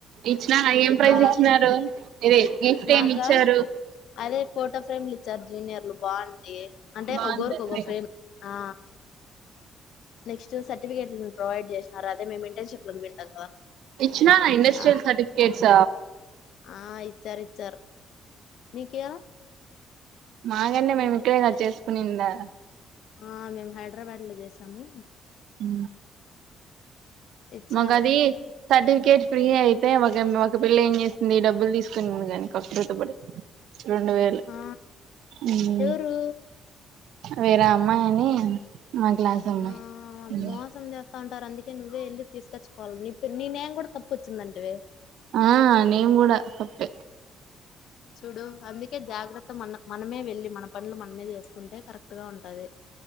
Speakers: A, on the right; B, on the left.
A: ఇచ్చిన ఏం ప్రైజ్
B: ఆ
A: ఇచ్చినారు ఇదే గిఫ్ట్
B: మాగా
A: ఏమి ఇచ్చారు
B: అదే ఫోటో ఫ్రేమ్లు ఇచ్చారు జూనియర్లు బాగుంటాయి అంటే
A: బాగుంది
B: ఒక్కరికి ఓ ఫ్రేమ్ ఆ నెక్స్ట్ సర్టిఫికేట్లు ప్రొవైడ్ చేసినారు అదే మేము ఇంటెన్ షిప్పులు వింటాం కదా
A: ఇచ్చనా ఇండస్ట్రియల్
B: ఆ
A: సర్ఫికెట్స్
B: ఆ.. ఇచ్చారు ఇచ్చారు నీకు ఇయ్యాల
A: మా ఈ అందే మేము ఇక్కడే హార్ట్ చేసుకునిందా
B: ఆ మేము హైదరాబాద్ లో చేసాము
A: ఊ
B: ఇచ్చారు
A: మకు అది సర్టిఫికేట్ ఫ్రీ అయితే ఒక ఒక పిల్ల ఏం చేసింది డబ్బులు తీసుకునిగాని కక్కుర్తి పడి రెండు వేలు
B: ఆ
A: ఉహు
B: ఎవరు
A: వేరే అమ్మాయి అని మా క్లాస్ అమ్మాయి
B: ఆ
A: హు
B: మోసం చేస్తా ఉంటారు అందుకే నువ్వే వెళ్ళి తీసుకొచ్చుకోవాలి నీ పె ని నేమ్ కూడా తప్పుకు వచ్చిందంటివి
A: ఆ నేమ్ కూడా తప్పే
B: చూడు అందుకే జాగ్రత్త మన మనమే వెళ్ళి మన పనులు మనమే చేసుకుంటే కరెక్ట్ అన్నట్టుగా ఉంటది